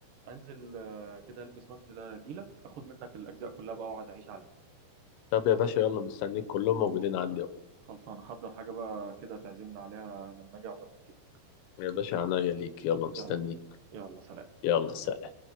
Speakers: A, on the right (about 70°); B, on the left (about 90°).
A: انزل آه، كده البس وانزل اجيلك اخد منك الاجزاء كلها بقى واقعد اعيش عليها
B: طب يا باشا يلا مستنيك كلهم موجودين عندي أهو
A: خلصان احضر حاجه بقى كده تعزمنا عليها لما اجي عقبال ما كده
B: يا باشا عناية ليك يلا مستنيك
A: يلا يلا سلام
B: يلا سلام